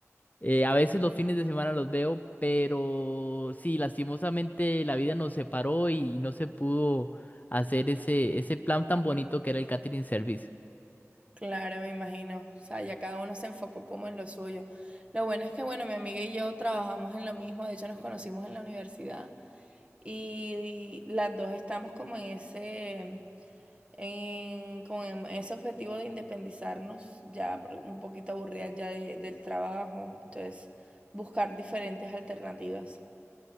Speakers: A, on the left; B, on the right.
A: eh, a veces los fines de semana los veo, pero sí, lastimosamente la vida nos separó y no se pudo hacer ese, ese plan tan bonito que era el catering service.
B: Claro, me imagino. O sea, ya cada uno se enfocó como en lo suyo. Lo bueno es que, bueno, mi amiga y yo trabajamos en lo mismo, de hecho nos conocimos en la universidad y, las dos estamos como en ese, en, como en ese objetivo de independizarnos, ya por- un poquito aburridas ya de- del trabajo, entonces buscar diferentes alternativas.